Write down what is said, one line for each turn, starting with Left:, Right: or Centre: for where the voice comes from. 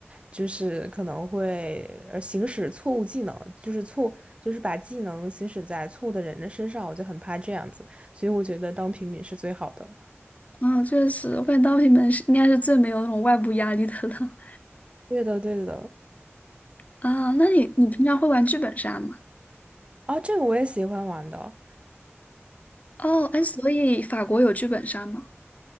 Right: 就是可能会呃行使错误技能，就是错就是把技能行使在错误的人的身上，我就很怕这样子。所以我觉得当平民是最好的。
Left: 啊，确实，我感觉当平民是应该是最没有那种外部压力的了。
Right: 对的，对的。
Left: <laughs> 啊，那你你平常会玩剧本杀吗？
Right: 啊，这个我也喜欢玩的。
Left: 哦，哎，所以法国有剧本杀吗？